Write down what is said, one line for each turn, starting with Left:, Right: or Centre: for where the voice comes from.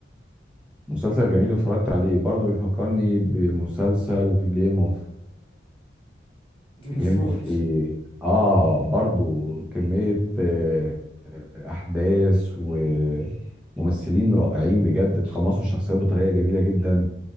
Centre: مسلسل جميل واتفرجت عليه برضو بيفكرني بمسلسل جيم اوف
Left: جيم
Centre: جيم
Left: اوف ثرونز
Centre: اوف ايه اه برضو كمية آه، احداث وممثلين رائعين بجد اتقمصوا الشخصيات بطريقة جميلة جدا